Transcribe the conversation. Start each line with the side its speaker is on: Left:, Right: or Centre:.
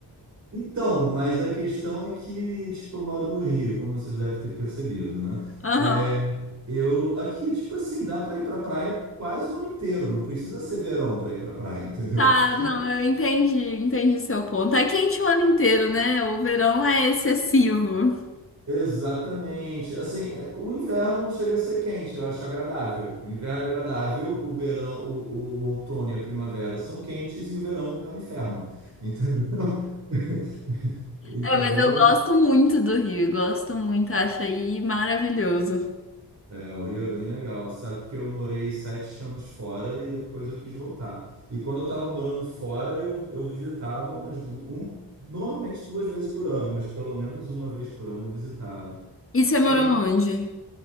Right: Então, mas a questão é que, tipo, eu moro no Rio, como vocês devem ter percebido, né?
Left: <laughs> Aham.
Right: É, Eu aqui, tipo assim, dá pra ir pra praia quase o ano inteiro, não precisa ser verão pra ir pra praia, <laughs> entendeu?
Left: Tá,
Right: E-
Left: não, eu entendi, entendi seu ponto. Tá quente o ano inteiro, né? O verão é excessivo.
Right: Exatamente. Assim, é, o inverno não chega a ser quente, eu acho agradável. O inverno é agradável, o verão, o, o outono e a primavera são quentes e o verão é um inferno, entendeu? <laughs> Entendeu?
Left: É, mas eu gosto muito do Rio, gosto muito, acho aí maravilhoso.
Right: É, o Rio é bem legal. Sabe que eu morei sete anos fora e depois eu quis voltar. E quando eu estava morando fora, eu, eu visitava umas du um, normalmente duas vezes por ano, mas pelo menos uma vez por ano eu visitava.
Left: E você morou
Right: Tem
Left: onde?